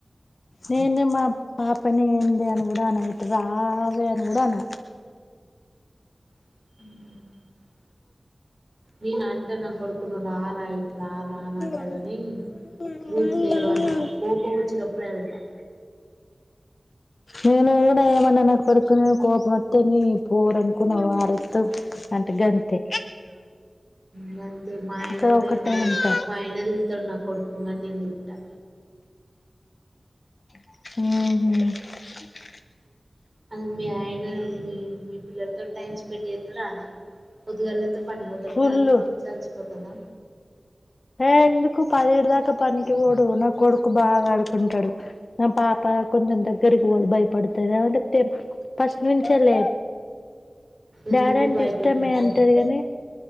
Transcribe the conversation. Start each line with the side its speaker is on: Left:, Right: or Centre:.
Left: నేను మా పాపాని ఇది అనీ కూడా అనను ఇటురావే అని కూడా అనా
Right: మ్ నేను అంటా నా కొడుకును రా రా ఇట్ రా రా అని అంటగాని
Left: అన
Right: బూతు లేవ్ అన కోపం వచ్చినప్పుడు ఇప్పుడు ఏంత
Left: నేను ఏమన్నా నా కొడుకుమీద కోపం వస్తే నీ పోరనుకున్నా వారత్ అంట గంతే
Right: మ్ అంతే మా ఆయన
Left: అక్కడ
Right: గూడ
Left: ఒకటే
Right: ఏమనడు
Left: అంట
Right: మా ఆయన తిడతడు నాకు కొడుకు గాని నేను తిట్టా
Left: ఉహు
Right: అది మీ ఆయన మీ మీ పిల్లలతో టైమ్ స్పెండ్ చేస్తాడానే పొద్దుగాల లేస్త పనికి పోతడు
Left: ఫుల్లు
Right: సాయంత్రం వచ్చి అలలిసిపోతడా
Left: ఏ ఎందుకు పదిహెడు దాకా పనికి పోడు నా కొడుకు బాగ ఆడుకుంటాడు నా పాప కొంచెం దగ్గరి పోరి భయపడతదా అంటే దేబ్బ ఫస్ట్ నుంచే లేదు
Right: ఎందుకు
Left: డాడి అంటే
Right: భయపెట్టకు
Left: ఇష్టమే అంటది గాని